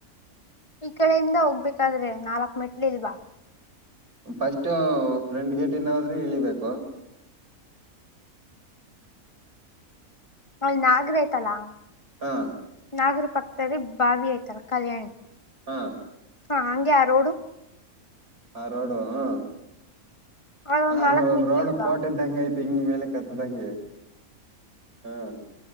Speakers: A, on the left; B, on the right.
A: ಈ ಕಡೆಯಿಂದ ಹೋಗ್ಬೇಕಾದ್ರೆ ನಾಲ್ಕ್ ಮೆಟ್ಲೆ ಇಲ್ವಾ
B: ಫಸ್ಟ್ ಫ್ರೆಂಡ್ ಗೇಟಿಂದ ಆದ್ರೆ ಇಳಿಬೇಕು
A: ಅಲ್ ನಾಗ್ರ ಆಯ್ತಲ್ಲಾ
B: ಹಾ
A: ನಾಗರ ಪಕ್ಕದಲ್ಲಿ ಬಾವಿ ಐ್ತರ ಕಲ್ಯಾಣಿ
B: ಹಾ
A: ಹಾ ಹಂಗೆ ಯಾರೋಡು
B: ಆ ರೋಡು ಹ
A: ಅಲ್ಲೊಂದ್
B: ಆ
A: ನಾಲ್ಕ್ ಮೆಟ್ಲು
B: ರೋಡ್
A: ಇಲ್ವಾ
B: ಪೋಟ ಇದ್ದಂಗ ಐತಿ ಹಂಗ ಮೇಲೆ ಕತ್ತದಂಗೆ ಹ್ಮ್